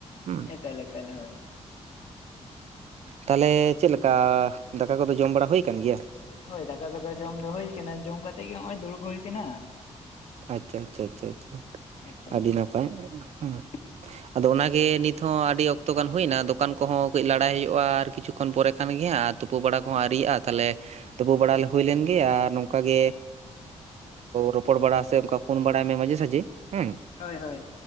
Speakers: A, on the right; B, on the left.
A: ᱦᱩᱸ ᱾
B: ᱮᱠᱟᱞ ᱮᱠᱟᱞ ᱦᱳᱭ
A: ᱛᱟᱞᱮ ᱪᱮᱫ ᱞᱮᱠᱟ ᱫᱟᱠᱟ ᱠᱚᱫᱚ ᱡᱚᱢ ᱵᱟᱲᱟ ᱦᱩᱭ ᱟᱠᱟᱱ ᱜᱮᱭᱟ?
B: ᱦᱳᱭ ᱫᱟᱠᱟ ᱠᱚᱫᱚ ᱡᱚᱢ ᱫᱚ ᱦᱩᱭ ᱠᱟᱱᱟ ᱡᱚᱢ ᱠᱟᱛᱮ ᱜᱮ ᱱᱚᱜᱼᱚᱭ ᱫᱩᱲᱩᱵ ᱦᱩᱭ ᱠᱟᱱᱟ᱾
A: ᱟᱪᱪᱷᱟ ᱟᱪᱪᱷᱟ ᱟᱪᱪᱷᱟ
B: ᱮᱠᱟᱞ
A: ᱟᱹᱰᱤ
B: ᱮᱠᱟᱞ
A: ᱱᱟᱯᱟᱭ᱾ ᱦᱮᱸ᱾
B: <inaudible>
A: ᱟᱫᱚ ᱚᱱᱟᱜᱮ ᱱᱤᱛ ᱦᱚᱸᱚᱸ ᱟᱹᱰᱤ ᱚᱠᱛᱚ ᱜᱟᱱ ᱦᱩᱭᱱᱟ ᱫᱚᱠᱟᱱ ᱠᱚᱦᱚᱸ ᱠᱟᱹᱡ ᱞᱟᱲᱟᱭ ᱦᱩᱭᱩᱜᱼᱟ ᱟᱨ ᱠᱤᱪᱷᱩ ᱠᱷᱚᱱ ᱯᱚᱨᱮ ᱠᱟᱱ ᱜᱮᱭᱟ ᱟᱨ ᱛᱩᱯᱩ ᱵᱟᱲᱟ ᱠᱚᱸ ᱟᱹᱨᱤᱭᱟᱜᱼᱟ ᱛᱟᱞᱮ ᱛᱩᱯᱩ ᱵᱟᱲᱟ ᱦᱩᱭ ᱞᱮᱱ ᱜᱮ ᱟᱨ ᱱᱚᱝᱠᱟ ᱜᱮ ᱨᱚᱯᱚᱲ ᱵᱟᱲᱟ ᱥᱮ ᱚᱱᱠᱟ ᱯᱷᱳᱱ ᱵᱟᱲᱟᱭ ᱢᱮ ᱢᱟᱡᱷᱮ ᱥᱟᱡᱷᱮ ᱦᱮᱸ
B: ᱦᱳᱭ ᱦᱳᱭ